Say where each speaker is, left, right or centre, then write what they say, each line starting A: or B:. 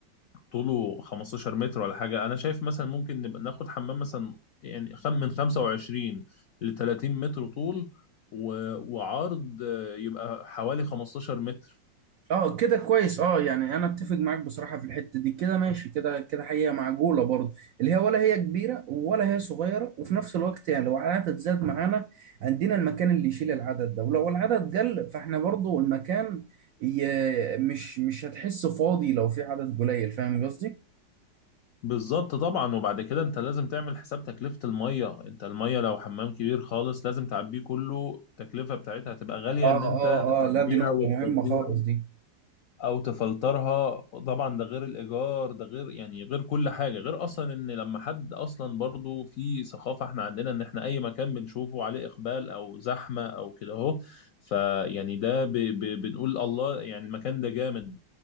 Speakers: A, on the left; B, on the right.
A: طوله 15 متر ولا حاجة أنا شايف مثلا ممكن نبقى ناخد حمام مثلا يعني خم من 25 ل 30 متر طول و... وعرض آه، يبقى حوالي 15 متر
B: اه كده كويس اه يعني انا اتفق معاك بصراحه في الحته دي كده ماشي كده كده حقيقه معقوله برضه اللي هي ولا هي كبيره ولا هي صغيره وفي نفس الوقت يعني لو العدد زاد معانا عندنا المكان اللي يشيل العدد ده ولو العدد قل فاحنا برضه المكان ي- مش مش هتحس فاضي لو في عدد قليل فاهم قصدي؟
A: بالظبط طبعا وبعد كده انت لازم تعمل حساب تكلفة المية انت المية لو حمام كبير خالص لازم تعبيه كله التكلفة بتاعتها هتبقى غالية
B: اه
A: ان انت
B: اه
A: تعبيها
B: اه لا دي نقطه
A: وتفضيها
B: مهمه خالص دي
A: او تفلترها طبعا ده غير الايجار ده غير يعني غير كل حاجه غير اصلا ان لما حد اصلا برضو في ثقافه احنا عندنا ان احنا اي مكان بنشوفه عليه اقبال او زحمه او كده اهو فيعني ده ب ب بنقول الله يعني المكان ده جامد